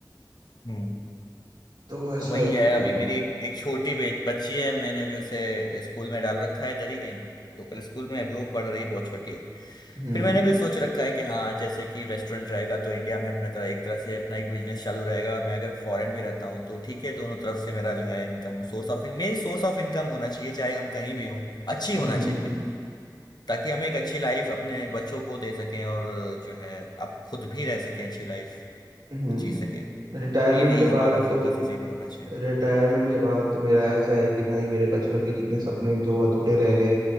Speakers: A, on the left (about 65°); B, on the right (about 75°).
A: हम्म
B: तो ऐसा
A: तो वही
B: एक
A: है
B: प्लान
A: अभी मेरी
B: अब
A: एक एक छोटी बे- बच्ची है मैंने अभी उसे स्कूल में डाल रखा है इधर ही कहीं लोकल स्कूल में अभी वो पढ़ रही बहुत छोटी है
B: हम्म
A: फिर मैंने भी सोच रखा है कि हाँ जैसे कि रेस्टोरेंट रहेगा तो इंडिया में अपना तरह एक तरह से अपना एक बिजनेस चालू रहेगा मैं अगर फॉरेन भी रहता हूँ तो ठीक है दोनों तरफ से मेरा जो है income source of main source of income होना चाहिए चाहे हम कहीं भी हों अच्छी
B: हम्म
A: होना चाहिए ताकि हम एक अच्छी लाइफ अपने बच्चों को दे सकें और जो है आप खुद भी रह सकें अच्छी लाइफ
B: हम्म
A: जी सके
B: रिटायरमेंट
A: तो मेन यही
B: के
A: हमारा
B: बाद तो
A: फोकस इसी पर होना चाहिए
B: रिटायरमेंट के बाद तो मेरा ऐसा है कि भाई मेरे बचपन के जितने सपने जो अधूरे रह गए